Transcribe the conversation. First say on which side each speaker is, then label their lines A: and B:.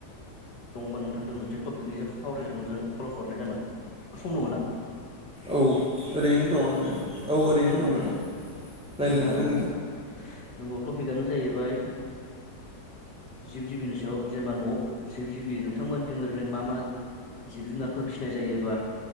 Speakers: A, on the left; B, in the centre.
A: दंबा नोंथांजों मोनसे टपिकनिसो सावरायनो नोंथां कल हरनाय जाबोन सम दङ' ना?
B: औ ओरैनो दं आं ओरैनो औ ओरैनो
A: नगौ
B: दं नोंथां रायज्लायनो
A: नंगौ
B: हागोन
A: नोंथां नंगौ टपिकआनो जाहैबाय जिब जिबिनि सायाव जेनेबा न'आव जिब जिबि नोंथांमोनथिं ओरैनो मा मा जिब जुनारफोर फिसिनाय जायोबा